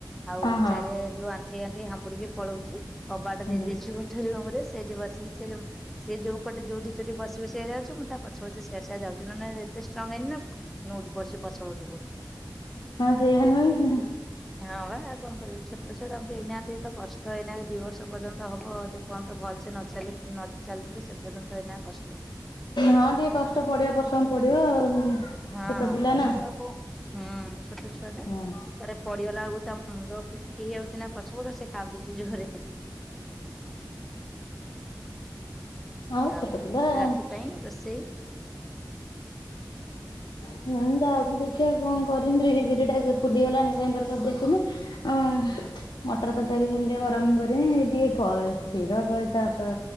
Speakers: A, in the centre; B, on the left.
A: ଆଉ
B: ହଁ ହଁ।
A: ଚାରି ଯୋଉ ଆଣ୍ଠେଇ ଆଣ୍ଠେଇ ହମ୍ବୁଡିକି ପଳଉଛି। କବାଟା
B: ହୁଁ।
A: ଦେଇେ ଦେଇଛୁ। <unintelligible> ରୁମରେ ସେଇଠି ବସିକି ସେ ସେ ଯୋଉ ପଟେ ଯୋଉଠି ଯୋଉଠି ବସି ବସି ସିଏ ଯାଉଚି ମୁଁ ତା ପଛ ପଛେ ସିଆଡେ ସିଆଡେ ଯାଉଛି ନନେ ଏତେ ଷ୍ଟ୍ରଙ୍ଗ ହେଇନି ନା। ନଉଟି ପଡ଼ିଚି ପଛପଟକୁ।
B: ହଁ ସେଇଆ ନୁହେଁ
A: ହଁ ବା ଆଉ କଣ କରିବୁ ଛୋଟ ଛୁଆ ତାଙ୍କୁ ଏଇନା ତି ତ କଷ୍ଟ ଏଇନା ଦି ବର୍ଷ ପର୍ଯ୍ୟନ୍ତ ହବ ଯେ। ବନ୍ତ ଭଲସେ ନ ଚାଲି ନ ଚାଲିଥିଲେ ସେ ପର୍ଯ୍ୟନ୍ତ ଏଇନା କଷ୍ଟ।
B: ହଁ ଟିକେ କଷ୍ଟ ପଡିବ ବର୍ସମ ପଡିବ ଆଉ।
A: ହଁ
B: ଛୋଟ ପିଲା
A: କଷ୍ଟ
B: ନା
A: ହେ କୁ ହୁଁ ଛୋଟ ଛୁଆ ଟା।
B: ହଁ।
A: ତାରେ ପଡିଗଲା ବେଳୁ ତା ମୁଣ୍ଡ ପିଟି ହଉଚିନା ପଛପଟ ସେ କାନ୍ଦୁଚି ଯୋହରେ।
B: ହଉ
A: ଆଉ।
B: ଛୋଟପିଲା
A: ରାତି
B: <unintelligible>
A: ପାଇଁ ରୋଷେଇ
B: ହୁଁ ଯାଉଚି ଦେଖିଆ କଣ କରମିି ବିରି ବରିଟା ଆଗେ ଫୁଲି ଗଲାଣି ଗ୍ରାଇଣ୍ଡର। କରିଦେଇଥିନେ ଆ ଉଁ। ମଟର ତରକାରୀ ହେଲି ଟି ଗରମ କରିମି ଟିଏ କ କ୍ଷୀର କ ତାପ